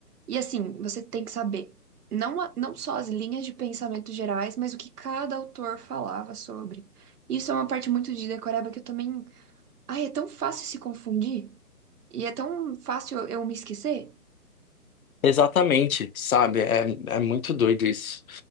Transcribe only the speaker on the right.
e assim, você tem que saber não, a- não só as linhas de pensamento gerais, mas o que cada autor falava sobre. Isso é uma parte muito de decoreba que eu também. Ai, é tão fácil se confundir e é tão fácil eu eu me esquecer.